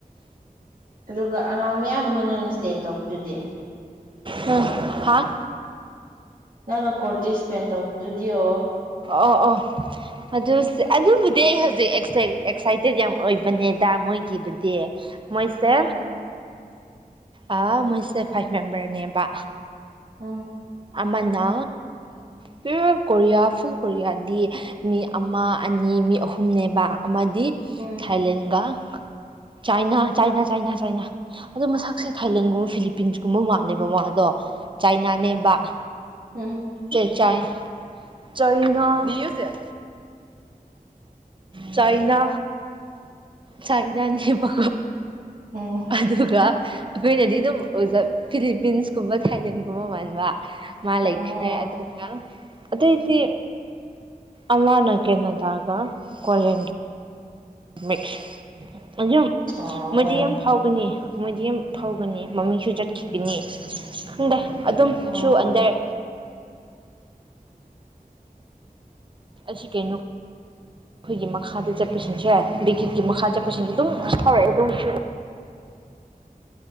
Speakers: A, on the right; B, on the right.
A: ꯑꯗꯨꯒ ꯑꯉꯥꯡ ꯃꯌꯥꯝ ꯑꯃꯅꯅ ꯏꯁꯇꯦꯟ ꯇꯧꯕꯗꯨꯗꯤ
B: ꯎꯝ ꯍꯥ
A: ꯅꯥꯟꯀꯣꯦ ꯇꯗꯤꯁꯄꯦꯟ ꯇꯧꯕꯗꯨꯗꯤꯌꯣ
B: ꯑꯣ ꯑꯣ ꯑꯗꯨ ꯑꯗꯨꯕꯨꯗꯤ ꯑꯩ ꯍꯧꯖꯤꯛ ꯑꯦꯛꯁꯥꯏꯇꯦꯠ ꯌꯥꯝ ꯑꯣꯏꯕꯅꯦꯗ ꯃꯣꯏꯒꯤꯕꯨꯗꯤ ꯃꯣꯏꯁ
A: ꯎꯝ
B: ꯑ ꯃꯣꯏꯁꯦ ꯐꯥꯏꯚ ꯃꯦꯝꯕꯔꯅꯦꯕ
A: ꯑ
B: ꯑꯃꯅ ꯄꯤꯌꯣꯔ ꯀꯣꯔꯤꯌꯥ ꯐꯨꯜ ꯀꯣꯔꯤꯌꯥꯗꯤ ꯃꯤ ꯑꯃ ꯑꯅꯤ ꯃꯤ ꯑꯍꯨꯝꯅꯦꯕ ꯑꯃꯗꯤ
A: ꯎꯝ
B: ꯊꯥꯏꯂꯦꯟꯒ ꯆꯥꯏꯅꯥ ꯆꯥꯏꯅꯥ ꯆꯥꯏꯅꯥ ꯆꯥꯏꯅꯥ ꯑꯗꯣ ꯃꯁꯛꯁꯦ ꯊꯥꯏꯂꯦꯟꯒꯨꯝꯕ ꯐꯤꯂꯤꯄꯤꯟꯁꯀꯨꯝꯕ ꯃꯥꯜꯂꯦꯕ ꯃꯥꯗ ꯑꯗꯣ ꯆꯥꯏꯅꯥ ꯅꯦꯝꯕ ꯁ
A: ꯎꯝ
B: ꯆꯥꯏ ꯆꯅꯥ ꯆꯥꯏꯅꯥ ꯆꯅꯥ ꯅꯄꯥ
A: ꯎꯝ
B: ꯑꯗꯨꯒ ꯑꯩꯈꯣꯏꯅꯗꯤ ꯑꯗꯨꯝ ꯑꯣꯖꯥ ꯐꯤꯂꯤꯄꯤꯟꯁꯀꯨꯝꯕ ꯊꯥꯏꯂꯦꯟꯒꯨꯝꯕ ꯃꯕ ꯃꯥꯂꯤꯛ
A: ꯎꯝ
B: ꯍꯦ ꯑꯗꯨꯗ ꯑꯗꯇꯩꯗꯤ ꯑꯃꯅ ꯀꯦꯅꯗꯥꯒ ꯀꯣꯂꯦꯟ ꯃꯤ ꯑꯨꯝ
A: ꯑꯣ
B: ꯃꯗꯤ ꯑꯃ ꯐꯥꯎꯒꯅꯤ ꯃꯣꯏꯗꯤ ꯐꯥꯎꯒꯅꯤ ꯃꯃꯤꯡꯁꯨ ꯆꯠꯒꯅꯤ ꯈꯪꯗꯦ ꯑꯗꯨꯝꯁꯨ
A: ꯑꯣ
B: ꯑꯟꯗꯔ ꯑꯁꯤ ꯀꯩꯅꯣ ꯑꯩꯈꯣꯏꯒꯤ ꯃꯈꯥꯗ ꯆꯠꯄꯁꯤꯡꯁꯦ ꯕꯤꯒꯤꯠꯀꯤ ꯃꯈꯥ ꯆꯠꯄꯁꯤꯡꯁꯨ ꯑꯗꯨꯝ
A: ꯎꯝ
B: ꯐꯥꯎꯔꯛꯑꯦ ꯑꯗꯨꯝ <inaudible>